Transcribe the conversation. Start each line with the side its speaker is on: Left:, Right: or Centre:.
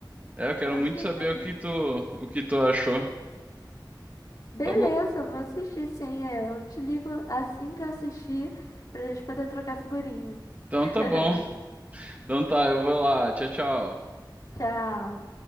Right: É, eu
Left: Com
Right: quero muito
Left: certeza.
Right: saber o que tu, o que tu achou.
Left: Beleza,
Right: Tá bom.
Left: vou assistir sim. é, Eu te ligo assim que eu assistir pra gente poder trocar figurinha.
Right: Então
Left: <laughs>
Right: tá bom. Então tá, eu vou lá. Tchau, tchau.
Left: Tchau.